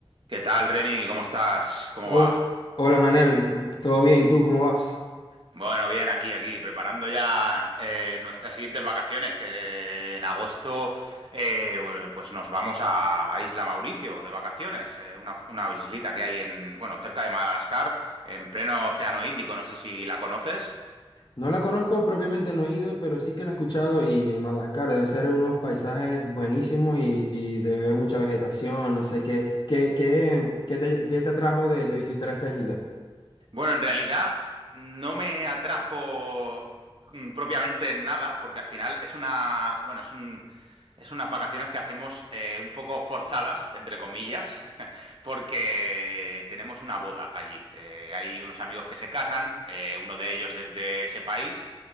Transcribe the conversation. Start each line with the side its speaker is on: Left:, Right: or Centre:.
Right: ¿Qué tal, Reni? ¿Cómo estás? ¿Cómo
Left: Oh,
Right: va?
Left: hola Manel, ¿todo bien? ¿Tú cómo vas?
Right: Bueno, bien, aquí, aquí, preparando ya eh, nuestras siguientes vacaciones, que en agosto eh, bueno, pues nos vamos a, a Isla Mauricio de vacaciones, eh, una, una islita que hay en, bueno, cerca de Madagascar, en pleno Océano Índico, no sé si la conoces.
Left: No la conozco propiamente, no he ido, pero sí que la he escuchado y en Madagascar debe ser unos paisajes buenísimos y, y debe haber mucha vegetación, no sé qué, qué, qué, qué te, qué te atrajo de, de visitar esta isla.
Right: Bueno, en realidad no me atrajo mm, propiamente en nada, porque al final es una, bueno, es un, es unas vacaciones que hacemos eh, un poco forzadas, entre comillas, <laughs> porque tenemos una boda allí. Eh, hay unos amigos que se casan, eh, uno de ellos es de ese país